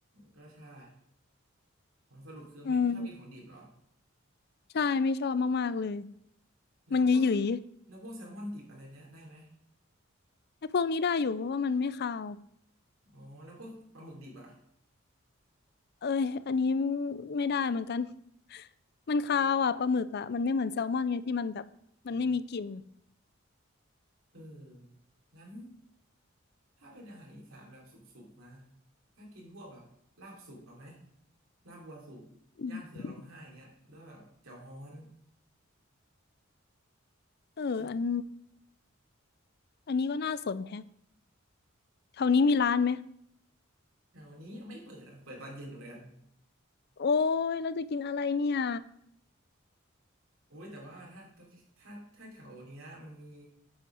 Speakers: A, on the right; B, on the left.
A: ก็ใช่อ๋อสรุปคือไม่ไม่ชอบกินของดิบเหรอ
B: อืมใช่ไม่ชอบมากๆเลย
A: แล้วพวก
B: มันหยุ่ย
A: แล้วพวกแซลมอนดิบอะไรเนี้ยได้ไหม
B: ๆไอ้พวกนี้ได้อยู่เพราะว่ามันไม่คาว
A: อ๋อแล้วพวกปลาหมึกดิบอ่ะ
B: เอ้ยอันนี้ไม่ได้เหมือนกัน <laughs> มันคาวอ่ะปลาหมึกอ่ะมันไม่เหมือนแซลมอนไงที่มันแบบมันไม่มีกลิ่น
A: เอองั้นถ้าเป็นอาหารอีสานแบบสุกๆนะถ้ากินพวกแบบลาบสุกเอาไหมลาบวัวสุกย่างเสือร้องไห้อย่างเงี้ยหรือว่าแบบแจ่วฮ้อน
B: อืมเอออัน
A: คิด
B: อันนี้ก็น่าสนแฮะแถวนี้มีร้านไหม
A: แถวนี้ยังไม่เปิดอ่ะเปิดตอนเย็นเหมือนกัน
B: โอ้ยเราจะกินอะไรเนี่ย
A: โอ้ยแต่ว่าถ้าถ้าถ้าถ้าแถวเนี้ยมันมี